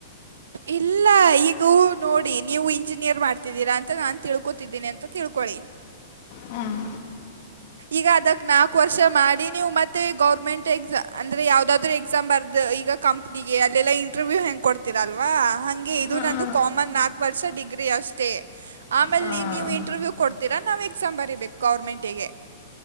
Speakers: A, on the right; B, on the left.
A: ಇಲ್ಲ ಈಗೂ ನೋಡಿ ನೀವು ಇಂಜಿನಿಯರ್ ಮಾಡ್ತಿದ್ದೀರಾ ಅಂತ ನಾನ್ ತಿಳ್ಕೊತಿದ್ದೀನಿ ಅಂತ. ತಿಳ್ಕೊಳಿ.
B: ಹಾಂ
A: ಈಗ ಅದಕ್ ನಾಕ್ ವರ್ಷ ಮಾಡಿ ನೀವು ಮತ್ತೆ ಗೌರ್ಮೆಂಟ್ ಎಕ್ಸ ಅಂದ್ರೆ ಯಾವ್ದಾದ್ರು ಎಕ್ಸಾಮ್ ಬರ್ದು. ಈಗ ಕಂಪ್ನಿಗೆ ಅಲ್ಲೆಲ್ಲಾ ಇಂಟರ್ವ್ಯೂ ಹೆಂಗ್ ಕೊಡ್ತಿರಲ್ವಾ ಹಂಗೆ ಇದು
B: ಹಾಂ
A: ನಂದು ಕಾಮನ್ ನಾಲ್ಕು ವರ್ಷ. ಡಿಗ್ರಿ ಅಷ್ಟೇ ಆಮೇಲೆ
B: ಹಾಂ
A: ನೀವು ನೀವು ಇಂಟರ್ವ್ಯೂ ಕೊಡ್ತೀರಾ ನಾವು ಎಕ್ಸಾಮ್ ಬರಿಬೇಕು ಗೌರ್ಮೆಂಟ್ ಗೆ.